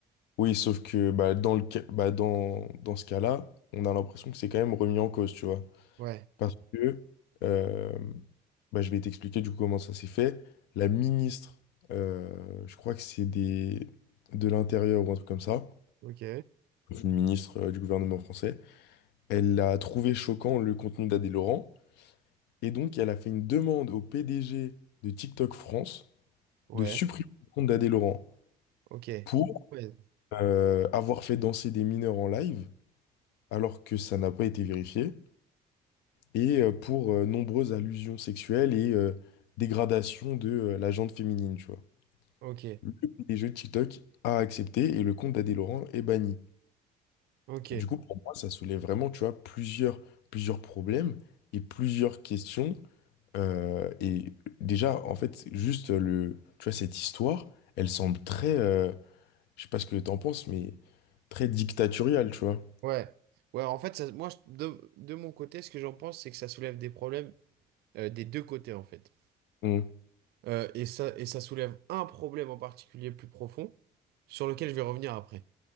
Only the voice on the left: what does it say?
Oui, sauf que bah, dans le, ca- bah, dans, dans ce cas-là, on a l'impression que c'est quand même remis en cause, tu vois.
Parce que, euh, bah, je vais t'expliquer du coup comment ça s'est fait. La ministre, euh, je crois que c'est des... de l'Intérieur ou un truc comme ça,
une ministre euh, du gouvernement français, elle a trouvé choquant le contenu d'Adé Laurent. Et donc, elle a fait une demande au PDG de TikTok France
de supprimer le compte d'Adé Laurent
pour
euh, avoir fait danser des mineurs en live, alors que ça n'a pas été vérifié, et euh, pour euh, nombreuses allusions sexuelles et euh, dégradation de euh, la gente féminine, tu vois.
Le PDG de TikTok a accepté et le compte d'Adé Laurent est banni.
Du coup, pour moi, ça soulève vraiment, tu vois, plusieurs, plusieurs problèmes et plusieurs questions Euh, et déjà, en fait, juste le, tu vois, cette histoire, elle semble très, euh, je sais pas ce que t'en penses, mais très dictatoriale, tu vois.
Mm.